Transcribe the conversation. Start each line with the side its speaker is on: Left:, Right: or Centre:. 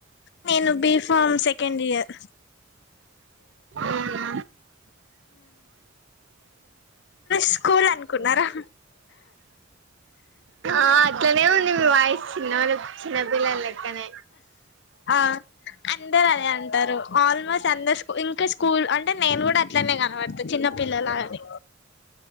Left: నేను బి ఫామ్ సెకండ్ ఇయర్
Right: అవునా?
Left: స్కూల్ అను కున్నారా
Right: ఆ అట్లనే ఉంది మీ వాయిసు చిన్నడు చిన్నపిల్లల లెక్కనే
Left: ఆ అందరు అదే అంటరు ఆల్మోస్ట్ అందూ ఇంకా స్కూల్ అంటే నేను కూడా అట్లనే కనబడతా చిన్న పిల్లలాగానె